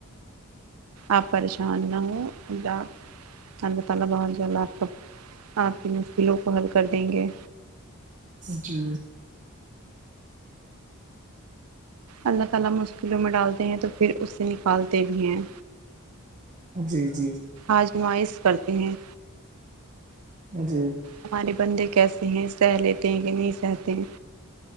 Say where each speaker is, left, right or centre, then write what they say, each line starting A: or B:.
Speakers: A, on the right; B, on the right.
A: آپ پریشان نہ اللہ اللہ تعالی بہت جلد اپ بھی اس کی لو کو حل کر دیں گے
B: جی
A: اللہ تعالی مشکلوں میں ڈالتے ہیں تو پھر اس سے نکالتے بھی ہیں
B: جی جی
A: آجمائش کرتے ہیں
B: جی
A: ہمارے بندے کیسے ہیں سہ لیتے ہیں کہ نہیں سہتے ہیں